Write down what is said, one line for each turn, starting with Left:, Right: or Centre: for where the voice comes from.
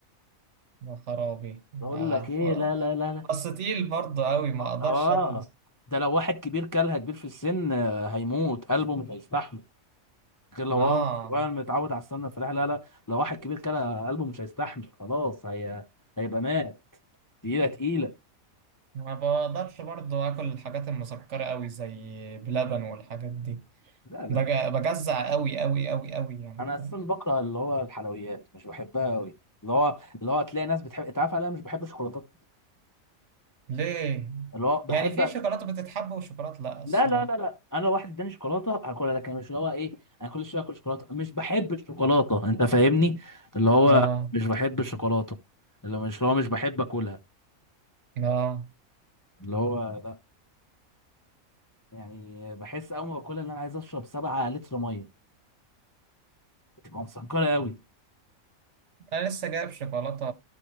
Right: يا خرابي
Left: بقول
Right: آه.
Left: لك ايه لا لا
Right: ف-
Left: لا لا
Right: بس تقيل برضه قوي ما
Left: اه
Right: اقدرش
Left: آه.
Right: اكله
Left: ده لو واحد كبير كلها كبير في السن آه، هيموت قلبه مش هيستحمل غير لو
Right: اه
Left: هو صغير متعود على السمنه الفلاحي لا لا لو واحد كبير كلها قلبه مش هيستحمل خلاص هي هيبقى مات تقيله تقيله
Right: ما بقدرش برضه اكل الحاجات المسكره قوي زي بلبن والحاجات دي
Left: لا لا
Right: بج- بجزع قوي قوي قوي قوي يعني
Left: انا اساسا
Right: فاهم؟
Left: بكره اللي هو الحلويات مش بحبها قوي اللي هو اللي هو تلاقي ناس بتحب انت عارف انا مش بحب الشوكولاتات
Right: ليه
Left: اللي هو بحب
Right: يعني في شوكولاته بتتحب وشوكولاته لا الصراحه
Left: لا لا لا لا انا لو واحد اداني شوكولاته هاكلها لكن مش اللي هو ايه انا كل شويه اكل شوكولاته مش بحب الشوكولاته انت فاهمني اللي هو
Right: اه
Left: مش بحب الشوكولاته اللي هو مش اللي هو مش بحب اكلها
Right: اه
Left: اللي هو لا يعني بحس اول ما باكلها ان انا عايز اشرب 7 لتر ميه بتبقى مسكره قوي
Right: انا لسه جايب شوكولاته